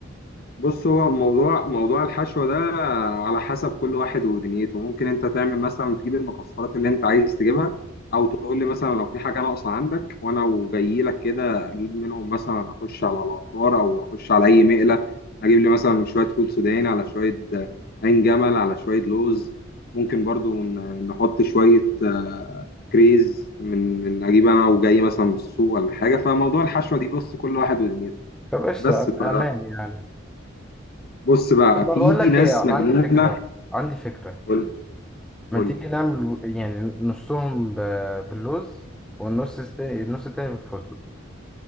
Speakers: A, on the left (about 50°); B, in the centre.
A: بص هو موضوع موضوع الحشو ده على حسب كل واحد ودنيته ممكن انت تعمل مثلا تجيب المكسرات اللي انت عايز تجيبها او تقول لي مثلا لو في حاجه ناقصه عندك وانا وجاي لك كده اجيب منهم مثلا اخش على العطار او اخش على اي مقله اجيب لي مثلا شويه فول سوداني على شويه آه، عين جمل على شويه لوز ممكن برضو ن- نحط شويه آه، كريز من من اجيب انا وجاي مثلا من السوق ولا حاجه فموضوع الحشوه دي بص كل واحد ودنيته
B: طب قشطه
A: بس ف
B: امان يعني
A: بص بقى
B: طب ما
A: في
B: بقول لك
A: ناس
B: ايه انا
A: مجنونة
B: عندي فكره عندي فكره
A: قول قول
B: ما تيجي نعمل يعني نصهم ب- باللوز والنص التاني النص التاني بالفستق